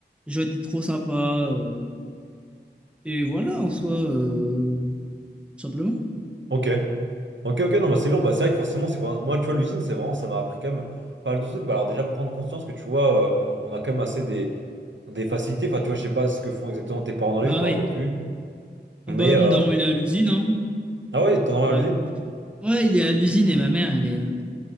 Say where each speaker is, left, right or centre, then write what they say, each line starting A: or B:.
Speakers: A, in the centre; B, on the right.
A: Les gens étaient trop sympas. euh, et voilà, en soi, euh, simplement.
B: Ok. Ok, ok, non, bah c'est lourd. Bah, c'est vrai que forcément, c'est vraiment- moi, tu vois, l'usine, c'est vraiment, ça m'a appris quand même pas mal de trucs. Bah, alors, déjà, me prendre conscience que tu vois, euh, on, on a quand même assez des, Des facilités, enfin, tu vois, je sais pas ce que font exactement tes parents dans les,
A: Bah
B: je me
A: oui.
B: rappelle plus.
A: Ah
B: Mais,
A: bah, mon
B: euh,
A: daron, il est à l'usine, hein.
B: ah ouais, ton envers
A: Et bah,
B: à l'usine.
A: ouais, il est à l'usine et ma mère, elle est, euh,